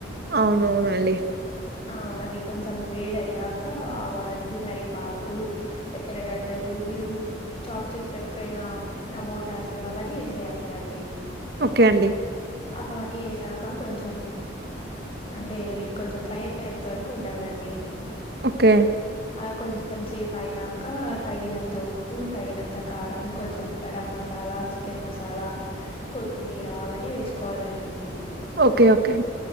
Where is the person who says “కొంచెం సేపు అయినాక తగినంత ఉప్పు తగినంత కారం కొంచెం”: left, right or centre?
Left